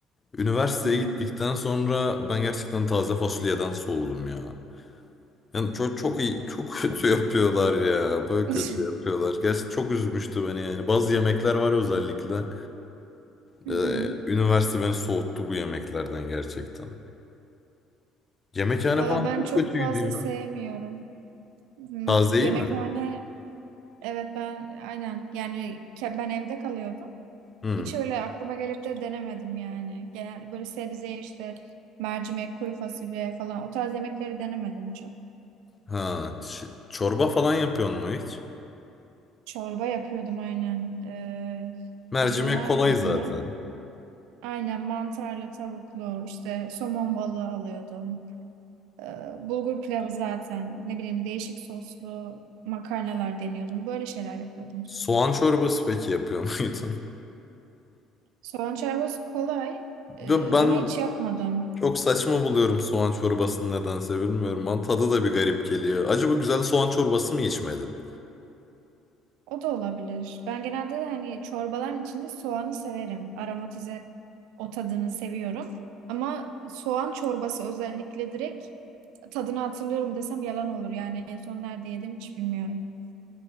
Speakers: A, on the left; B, on the right.
A: Üniversiteye
B: Hı hı.
A: gittikten sonra ben gerçekten taze fasulyeden soğudum ya. Yani çok çok iyi, çok <laughs> kötü yapıyorlar ya. Böyle
B: <laughs>
A: kötü yapıyorlar. Gerçi çok üzmüştü beni yani. Bazı yemekler var özellikle.
B: Hı
A: Ee,
B: hı.
A: üniversite beni soğuttu bu yemeklerden gerçekten. Yemekhane
B: Valla
A: falan
B: ben
A: çok
B: çok
A: kötüydü
B: fazla
A: ya.
B: sevmiyorum. Hmm,
A: Tazeyi
B: yemekhane
A: mi?
B: evet ben aynen yani ke- ben evde kalıyordum.
A: Hmm.
B: Hiç öyle aklıma gelip de denemedim yani. Genel böyle sebze işte mercimek, kuru fasulye falan o tarz yemekleri denemedim çok.
A: Ha, ş- çorba falan yapıyor mu hiç?
B: Çorba yapıyordum aynen. Ee,
A: Mercimek
B: böyle ne yapıyordum
A: kolay zaten.
B: ben? Aynen mantarlı, tavuklu, işte somon balığı alıyordum. Ee, bulgur pilavı zaten ne bileyim değişik soslu makarnalar deniyordum. Böyle şeyler yapıyordum.
A: Soğan çorbası peki yapıyor <laughs> muydun?
B: Soğan çorbası kolay e,
A: Ya Ben
B: ama hiç yapmadım.
A: çok saçma buluyorum soğan çorbasını nedense bilmiyorum. Bana tadı da bir garip geliyor. Acaba güzel soğan çorbası mı içmedim?
B: O da olabilir. Ben genelde hani çorbaların içinde soğanı severim. Aromatize o tadını seviyorum. Ama soğan çorbası özellikle direkt tadını hatırlıyorum desem yalan olur. Yani en son nerede yedim hiç bilmiyorum.